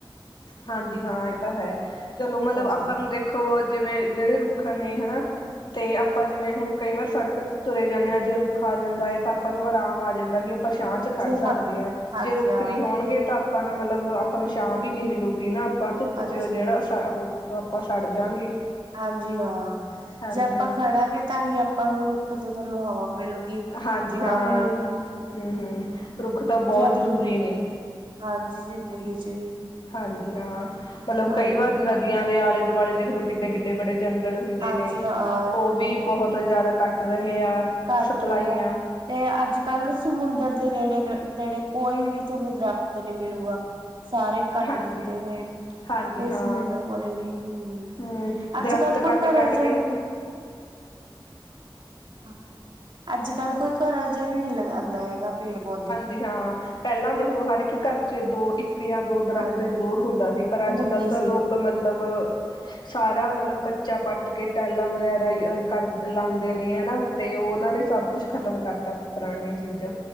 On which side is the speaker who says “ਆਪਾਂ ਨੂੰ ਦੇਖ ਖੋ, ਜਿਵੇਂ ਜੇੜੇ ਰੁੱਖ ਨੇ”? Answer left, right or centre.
Left